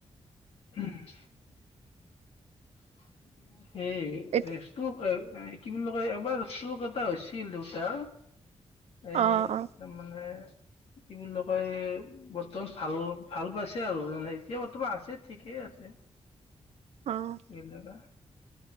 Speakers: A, on the left; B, on the right.
A: উম', উম ', সেই
B: এতি
A: এইটো। এহ ', কি বুলি কয় এবাৰ চুক এটা হৈছিল দেউতাৰ। এই
B: অ অ
A: তাৰমানে কি বুলি কয় বৰ্তমান ভাল - ভাল পাইছে আৰু মানে এতিয়া বৰ্তমান আছে ঠিকেই আছে।
B: অহ ',
A: কেলেবা